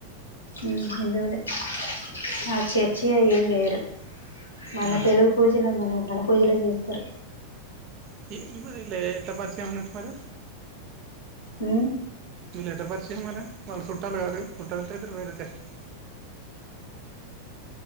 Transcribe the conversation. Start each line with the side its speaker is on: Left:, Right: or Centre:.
Left: ఉ హిందువులే <unintelligible> మన
Right: ఆ,
Left: తెలుగు పూజలు మన మన పూజలు చేస్తారు
Right: <unintelligible> ఎట్లా పరిచయం ఉన్నట్టు మరి
Left: హ
Right: మీల ఎట పరిచ చేయ మ వాళ్ళు చుట్టాలి కాదు చుట్టాలంట అయితే వేరే కష్టం